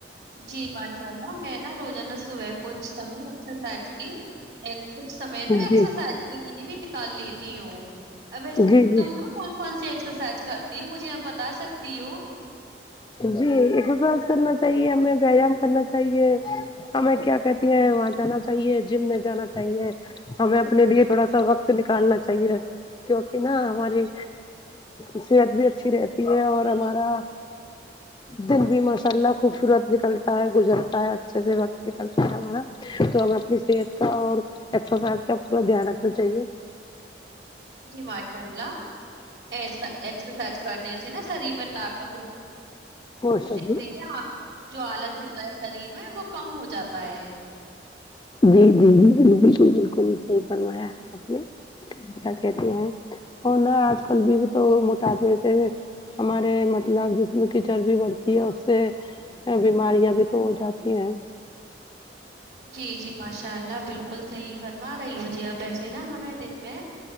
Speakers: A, on the right (about 65°); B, on the left (about 25°).
A: جی ماشاء اللہ میں نا روزانہ صبح کچھ سمے ایکسرسائز کی کچھ سمے نا ایکسرسائز
B: جی
A: کے لیے بھی نکال لیتی ہوں اب ایسے
B: جی
A: میں
B: جی
A: تم نا کون کون سی ایکسرسائز کرتی ہوں مجھے آپ بتا سکتی ہو
B: جی ایکسرسائز کرنا چاہیے ہمیں وایام کرنا چاہیے ہمیں کیا کہتی ہیں وہاں جانا چاہیے جم میں جانا چاہیے ہمیں اپنے لیے تھوڑا سا وقت نکالنا چاہیے کیونکی نا ہماری صحت بھی اچھی رہتی ہے اور ہمارا دن بھی مشاللہ خوبصورت نکلتا ہے گزرتا ہے اچھے سے وقت نکلتا ہے ہمارا تو ہمیں اپنی صحت کا اور ایکسرسائز کا پورا دھیان رکھنا چاہیے
A: جی ماشاء اللہ ایکسا ایکسرسائز کرنے سے نا شریر میں ت
B: ماشاء اللہ
A: <inaudible> جو آلس ہوتا ہے شریر میں وہ کم ہو جاتا ہے
B: جی جی جی بالکل بالکل صحیح فرمایا آپ نے کیا کہتی ہیں اور ن آج کل بھی تو موٹاپے سے ہمارے مطلب ج جو کیچڑ بھی بڑھتی ہے اس سے ے بیماریاں بھی تو ہو جاتی ہیں
A: جی جی ماشاء اللہ بالکل صحیح فرما رہی ہو جی آپ ویسے نا ہمیں دن میں